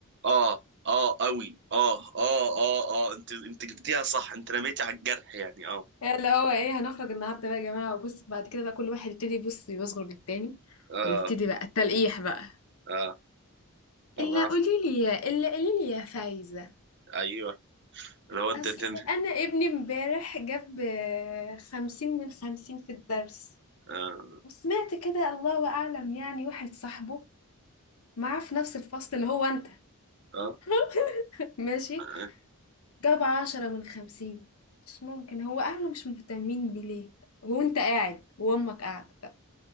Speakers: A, on the right; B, on the left.
A: اه اه قوي اه اه اه اه انت انت جبتيها صح انت رميتي على الجرح يعني اه
B: يعني اللي هو ايه هنخرج النهارده بقى يا جماعة وبص بعد كده بقى كل واحد يبتدي يبص يصغر للتاني
A: اه
B: ويبتدي بقى التلقيح بقى
A: اه الله
B: الا
A: يعافيك.
B: قولي لي يا الا قولي لي يا فايزة
A: ايوه لو انت
B: اصل
A: انت
B: انا ابني امبارح جاب خمسين من خمسين في الدرس
A: آه.
B: وسمعت كده الله أعلم يعني واحد صاحبه معاه في نفس الفصل اللي هو أنت
A: اه
B: <laughs> ماشي
A: آه.
B: جاب عشرة من خمسين مش ممكن هو أهله مش مهتمين بليه وأنت قاعد وأمك قاعدة طب